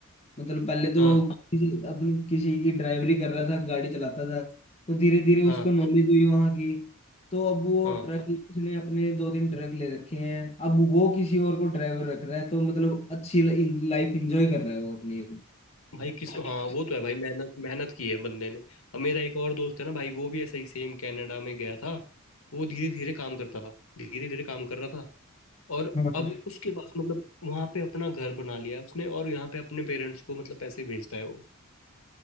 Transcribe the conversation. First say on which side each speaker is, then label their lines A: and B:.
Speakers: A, on the left (about 30°); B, on the left (about 70°).
A: मतलब पहले तो
B: हाँ
A: किसी अपने किसी की ड्राइवरी कर रहा था गाड़ी चलाता था तो धीरे धीरे
B: हाँ
A: उसको नॉलेज हुई वहाँ की तो अब वो
B: हाँ
A: ट्रक उसने अपने दो तीन ट्रक ले रखे हैं अब वो किसी और को ड्राइवर रख रहा है तो मतलब अच्छी लाइफ इंजॉय कर रहा है वो अपनी
B: भाई किस
A: अभी।
B: हाँ वो तो है भाई मेहनत मेहनत की है बंदे ने अब मेरा एक और दोस्त है ना भाई वो भी ऐसा ही सेम कनाडा में गया था वो धीरे धीरे काम करता था धीरे धीरे काम कर रहा था और
A: हाँ।
B: अब उसके पास मतलब वहां पे अपना घर बना लिया उसने और यहाँ पे अपने पेरेंट्स को मतलब पैसे भेजता है वो